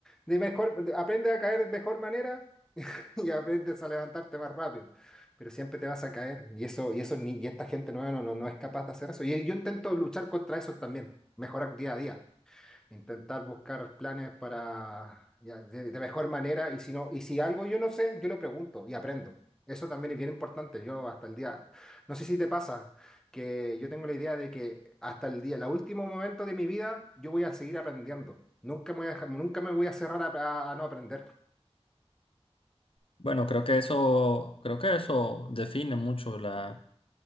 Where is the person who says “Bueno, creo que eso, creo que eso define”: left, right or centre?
Left